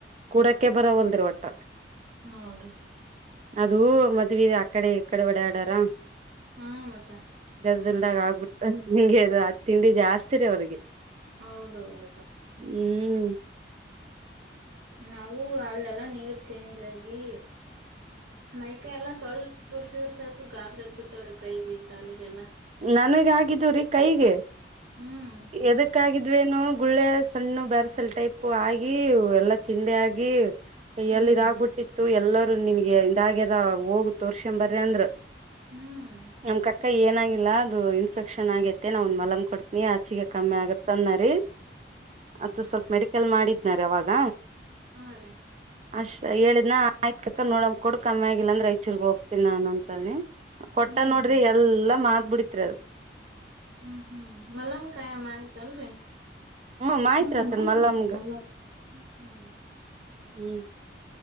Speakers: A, on the right; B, on the right.
A: ಕೂಡಕ್ಕೆ ಬರವಲ್ದಿ ಒಟ್ಟ
B: ನೋಡ್ರಿ
A: ಅದು ಮದುವೆ <unintelligible> ಕಡೆ ಕಡೆ ಒಡ ಆಡಾರ
B: ಹಾ ಮತ್ತ
A: ಅಲ್ದಾಗ ಆಗ್ಬಿಟ್ಟ ಹಿಂಗೆ ಅದು ತಿಂಡಿ ಜಾಸ್ತಿ ರೀ ಅವ್ರಿಗೆ
B: ಹೌದೌದಪ್ಪ
A: ಹ್ಮ್
B: ನಾವವು ಅಲ್ಲೆಲ್ಲಾ ನೀರ್ ಚೇಂಜ್ ಆಗಿ ಮೈಕೈ ಎಲ್ಲ ಸ್ವಲ್ಪ ತುರ್ಸಿರ್ಸಾಕು ಗಾದ್ರ ಎದ್ ಬಿಟ್ಟವ್ರಿ ಕೈಗೆ ಕಾಲಿಗೆಲ್ಲಾ
A: ನನಗಗಿದ್ದುರೀ ಕೈಗೆ
B: ಹ್ಮ್
A: ಎದಕ್ಕಾಗಿದ ಮದ್ವೇನು ಗುಳ್ಳೆ ಸಣ್ಣು ಬರೆಸಲ್ ಟೈಪ್ ಆಗಿ ಎಲ್ಲಾ ತಿಂಡಿ ಆಗಿ ಕೈಯಲ್ಲಿ
B: ಹ್ಮ್
A: ಇದಾಗಬಿಟ್ಟಿತ್ತು ಎಲ್ಲರೂ ನಿನ್ಗೆ ಇದಾಗ್ಯದ ಹೋಗು ತೋರ್ಷ ಬರ ಅಂದ್ರ
B: ಹ್ಮ್
A: ನಮ್ ಕಕ್ಕ ಏನ ಇಲ್ಲ ಅದು ಇನ್ಫೆಕ್ಷನ್ ಆಗೇತೆ ನಾವ ಒಂದ್ ಮಲಮ್ ಕೊಡ್ತನಿ ಆಚಿಗೆ ಕಮ್ಮಿ ಆಗತ್ತ ಅನ್ರಿ ಅತ್ ಸ್ವಲ್ಪ ಮೆಡಿಕಲ್ ಮಾಡಿದ್ನಾರಿ ಅವಾಗ
B: ಹಾ ರೀ
A: ಅಷ್ಟ್ ಹೇಳಿದ್ನ ಆಯ್ ಕಕ ನೋಡಂಬ ಕೊಡು ಕಮ್ಮಿ ಆಗಿಲ್ಲ ಅಂದ್ರೆ ಐಚೂರ್ಗ್ ಹೋಗ್ತೀನಿ ನಾನ ಅಂತಾನನೆ ಕೊಟ್ಟ
B: ಹ್ಮ್
A: ನೋಡ್ರಿ ಎಲ್ಲಾ ಮಾತ್ ಬಿಡತ್ರರದು
B: ಹ್ಮ್ ಹ್ಮ್ ಮಲನ್ ಕಾಯ ಆಯ್ತಲ್ರಿ
A: ಹ್ಮ ಮಾಯ್ತ್ರಿ
B: ಹಮ್ಮ
A: ಆತನ್
B: ಮಾಹತಿ
A: ಮಲ್ಲಮ್ಗ
B: ಅತ ಮಲ್ಲ ಹ್ಮ
A: ಹ್ಮ್